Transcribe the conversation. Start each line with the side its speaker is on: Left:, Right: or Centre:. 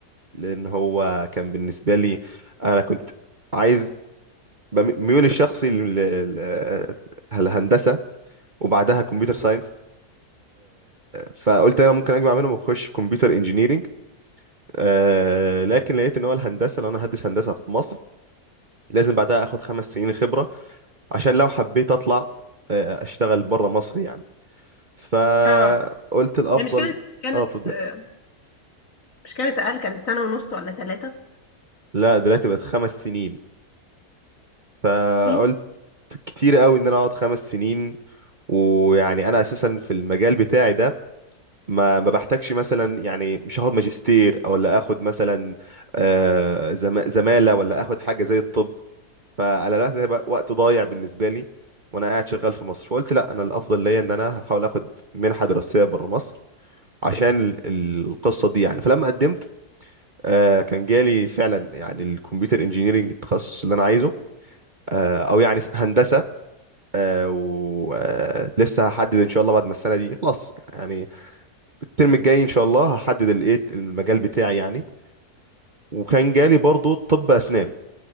Right: لان هو كان بالنسبه لي انا كنت عايز بم- ميولي الشخصي لل- لل- آه، الهندسه وبعدها كمبيوتر ساينس فقلت انا ممكن اجمع منهم واخش كمبيوتر انجينيرنج. آه لكن لقيت ان هو الهندسه لو انا هدرس هندسه في مصر لازم بعدها اخد خمس سنين خبره عشان لو حبيت اطلع آه اشتغل بره مصر يعني فقلت
Left: اه
Right: الافضل
Left: هي مش كانت كانت
Right: اه تض-
Left: آه، مش كانت اقل كانت سنة ونص ولا ثلاثة
Right: لا دلوقتي بقت خمس سنين فقلت
Left: ايه ده؟
Right: كتير قوي ان انا اقعد خمس سنين ويعني انا اساسا في المجال بتاعي ده ما ما بحتاجش مثلا يعني مش هاخد ماجستير او لا اخد مثلا آه، زما- زماله ولا اخد حاجه زي الطب فعلى الوقت ده بقى وقت ضايع بالنسبه لي وانا قاعد شغال في مصر فقلت لا انا الافضل ليا ان انا هحاول اخد منحه دراسيه بره مصر عشان ال- ال- القصه دي يعني فلما قدمت آه، كان جالي فعلا يعني الكمبيوتر انجينيرنج التخصص اللي انا عايزه آه، او يعني س- هندسه ولسه هحدد ان شاء الله بعد ما السنه دي خلاص يعني الترم الجاي ان شاء الله هحدد الايه المجال بتاعي يعني وكان جالي برضو طب اسنان